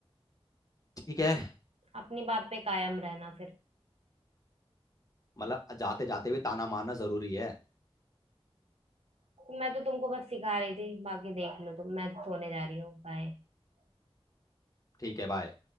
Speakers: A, on the left; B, on the right.
A: ठीक है
B: अपनी बात पे कायम रहना फिर
A: मतलब जाते जाते भी ताना मारना जरूरी है
B: मैं तो तुमको बस सिखा रही थी बाकी देख लो तुम मैं तो सोने जा रही हूँ बाय
A: ठीक है बाय